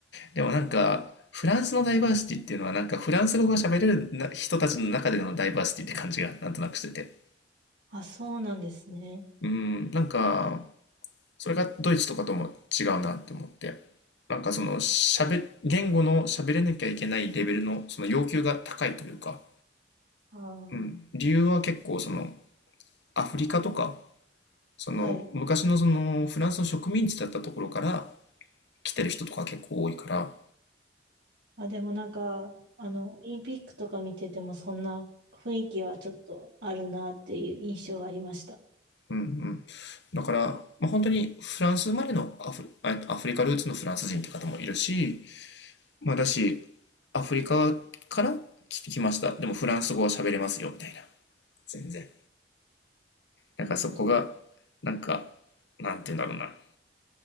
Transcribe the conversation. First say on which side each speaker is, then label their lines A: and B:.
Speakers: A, on the left; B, on the right.
A: でもなんか、フランスのダイバーシティっていうのはなんかフランス語が喋れるな人たちの中でのダイバーシティって感じがなんとなくしてて。
B: あ、そうなんですね。
A: うん、なんか、それがドイツとかとも違うなって思って。なんかその、喋、言語の喋れなきゃいけないレベルのその要求が高いというか、
B: ああ。
A: うん、理由は結構その、アフリカとか、その、
B: はい。
A: 昔のその、フランスの植民地だったところから来てる人とか結構多いから、
B: あ、でもなんか、あの、オリンピックとか見てても、そんな雰囲気はちょっとあるなっていう印象はありました。
A: うんうん。だから、まあ、本当にフランス生まれのアフ、あアフリカルーツのフランス人って方もいるし、まあだし、アフリカから来てきました。でもフランス語は喋れますよ、みたいな。全然。なんからそこが、
B: なるほど。
A: なんか、なんて言うんだろうな。